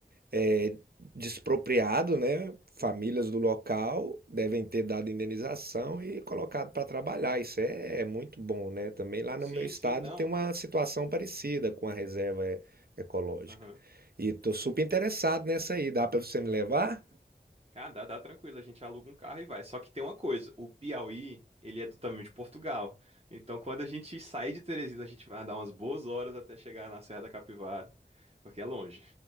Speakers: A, on the right; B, on the right.
A: é, despropriado, né? Famílias do local devem ter dado indenização e colocado para trabalhar. Isso é, é muito bom, né? Também lá no
B: Sim,
A: meu estado
B: sim, não.
A: tem uma
B: e-
A: situação parecida com a reserva e- ecológica.
B: Aham.
A: E tô super interessado nessa aí. Dá para você me levar?
B: Cara, dá, dá tranquilo, a gente aluga um carro e vai. Só que tem uma coisa, o Piauí, ele é do tamanho de Portugal. Então, quando a gente sair de Teresina, a gente vai andar umas boas horas até chegar na Serra da Capivara, porque é longe.